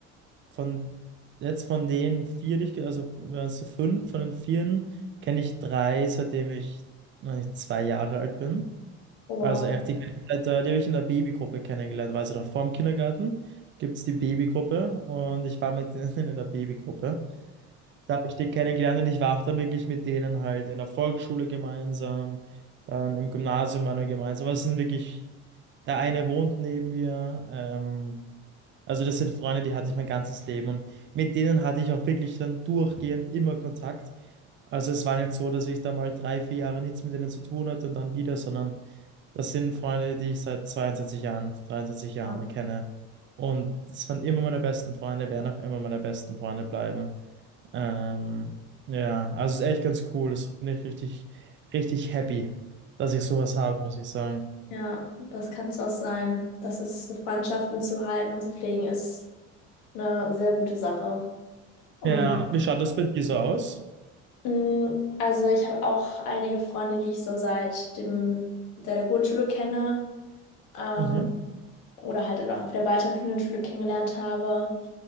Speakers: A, on the right (about 40°); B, on the left (about 75°).
A: Von jetzt von den vier, die ich, ge- also wir waren zu fünf, von den vieren kenne ich drei, seitdem ich, weiß nicht, zwei Jahre alt bin.
B: Wow.
A: Also echt, die, kenn ich seit der- die habe ich in der Babygruppe kennengelernt, also noch vor dem Kindergarten gibt es die Babygruppe und ich war mit <laughs> denen in der Babygruppe. Da habe ich die kennengelernt und ich war auch dann wirklich mit denen halt in der Volksschule gemeinsam, dann im Gymnasium waren wir gemeinsam. Also es sind wirklich, der eine wohnt neben mir, ähm, also das sind Freunde, die hatte ich mein ganzes Leben und mit denen hatte ich auch wirklich dann durchgehend immer Kontakt. Also es war nicht so, dass ich da mal drei, vier Jahre nichts mit denen zu tun hatte und dann wieder, sondern das sind Freunde, die ich seit 22 Jahren, 23 Jahren
B: Ja,
A: kenne. Und es waren immer meine besten Freunde, werden auch immer meine besten Freunde bleiben. Ähm, ja, also es ist echt ganz cool. Das bin ich richtig, richtig happy, dass ich sowas habe, muss ich sagen.
B: Ja, das kann es auch sein. Das ist, so Freundschaften zu halten und zu pflegen, ist eine sehr gute Sache, um
A: Ja, wie schaut das bei dir so aus?
B: Mm, Also ich habe auch einige Freunde, die ich so seit dem, seit der Grundschule kenne, ähm,
A: Mhm.
B: oder halt dann auch auf der weiterführenden Schule kennengelernt habe.